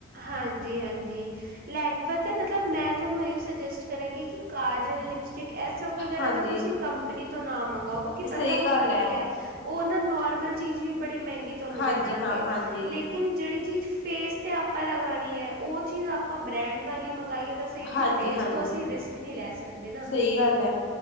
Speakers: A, on the right; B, on the left.
A: ਹਾਂਜੀ- ਹਾਂਜੀ ਲੈ ਪਤਾ ਮਤਲਬ ਮੈਂ ਤੁਹਾਨੂੰ ਇਹੀ ਔ ਸੁਜੈਸਟ ਕਰਾਂਗੀ ਕਿ ਕਾਜਲ, ਲਿਪਸਟਿਕ ਇਹ ਸਭ ਵਗੈਰਾ
B: ਹਾਂਜੀ
A: ਤਾਂ ਤੁਸੀਂ ਕੰਪਨੀ ਤੋਂ ਨਾ ਮੰਗਾਓ, ਕਿਉਂਕਿ
B: ਸਹੀ
A: ਪਤਾ ਹੁੰਦਾ
B: ਗੱਲ
A: ਕੀ
B: ਹੈ
A: ਐ ਉਹ ਨਾ ਨੋਰਮਲ ਚੀਜ਼ ਵੀ ਬੜੀ ਮਹਿੰਗੀ ਤੁਹਾਨੂੰ
B: ਹਾਂਜੀ
A: ਦੇ ਦਾਂਗੇ
B: ਹਾਂ ਹਾਂਜੀ
A: ਲੇਕਿਨ ਜਿਹੜੀ ਚੀਜ਼ ਫੇਸ ਤੇ ਆਪ ਆਪਾਂ ਲਗਾਣੀ ਹੈ ਉਹ ਚੀਜ਼ ਆਪਾਂ ਬ੍ਰੈਂਡ ਵਾਲੀ ਮੰਗ ਗਾਈਏ ਤਾਂ ਸਹੀ ਕਿ
B: ਹਾਂਜੀ
A: ਫੇਸ
B: ਹਾਂਜੀ
A: ਤੋਂ ਅਸੀਂ ਰਿਸਕ ਨਹੀਂ ਲੈ ਸਕਦੇ ਨਾ।
B: ਸਹੀ ਗੱਲ ਹੈ